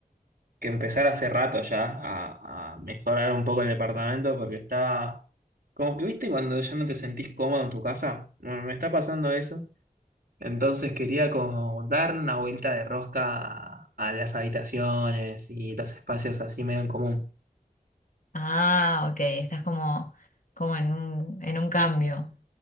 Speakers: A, on the right; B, on the left.
A: que empezar hace rato ya a, a mejorar un poco el departamento porque está... Como que viste cuando ya no te sentís cómodo en tu casa, bueno, me está pasando eso. Entonces quería como darle una vuelta de rosca a, a las habitaciones y los espacios así medio en común.
B: Ah, ok, estás como, como en un, en un cambio